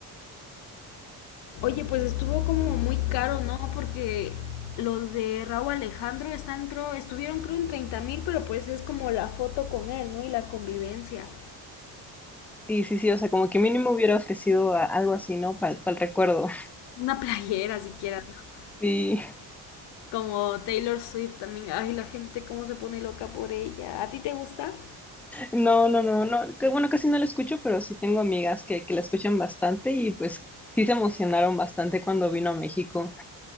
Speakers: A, on the left (about 80°); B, in the centre.
A: Oye, pues estuvo como muy caro, ¿no? Porque los de Raúl Alejandro están, creo, estuvieron, creo, en 30 mil, pero pues es como la foto con él, ¿no? Y la convivencia.
B: Sí, sí, sí, o sea, como que mínimo hubiera ofrecido a- algo así, ¿no? Para el recuerdo. <laughs>
A: Una playera siquiera, ¿no?
B: Sí,
A: Como Taylor Swift también. Ay, la gente cómo se pone loca por ella. ¿A ti te gusta?
B: no, no, no, no, que bueno, casi no la escucho, pero sí tengo amigas que, que la escuchan bastante y pues sí se emocionaron bastante cuando vino a México.